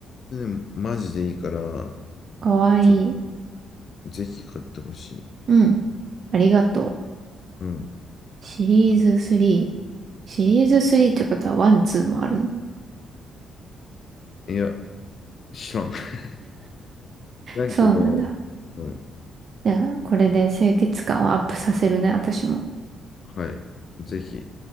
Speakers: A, on the left; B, on the right.
A: うんマジでいいから、
B: かわいい。
A: ちょ、ぜひ買ってほしい。
B: うん。ありがと
A: うん。
B: う。シリーズ3。
A: は
B: シリーズ3ってことは1、2もあるの。
A: いいや、知らん。<laughs> なんけど、
B: そうなんだ。
A: うん、
B: じゃあ、これで清潔感をアップさせるね、私も。
A: はい。ぜひ。